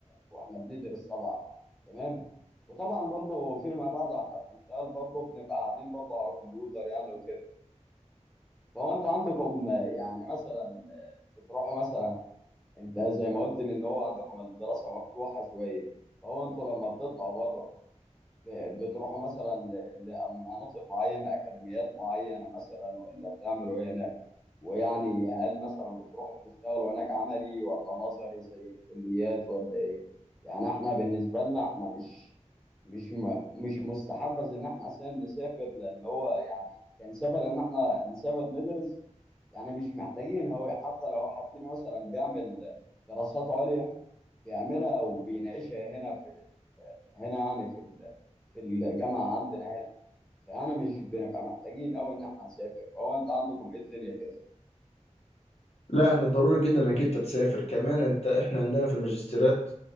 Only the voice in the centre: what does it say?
واحنا بندرس طبعا تمام وطبعا برضه فيما بعد احنا بنشتغل برضه بنبقى قاعدين برضه على كمبيوتر يعني وكده فهو انت عندكم آه، يعني مثلا بتروحوا مثلا انت زي ما قلت لي ان هو عندكم الدراسه مفتوحه شويه فهو انتوا لما بتطلعوا بره ب- بتروحوا مثلا ل- لمناطق معينه اكاديميات معينه مثلا ولا بتعملوا ايه هناك ويعني هل مثلا بتروحوا بتشتغلوا هناك عملي ولا نظري زي الكليات ولا ايه يعني احنا بالنسبه لنا احنا مش مش م... مش مستحبذ ان احنا عشان نسافر لان هو يعني كان سفر ان احنا نسافر ندرس يعني مش محتاجين هو حتى لو واحد فينا مثلا بيعمل دراسات عليا بيعملها وبيناقشها هنا في ال- هنا يعني في ال- في الجامعة عندنا هنا فأنا مش بنبقى محتاجين أوي إن إحنا نسافر فهو أنت عندكم إيه الدنيا كده؟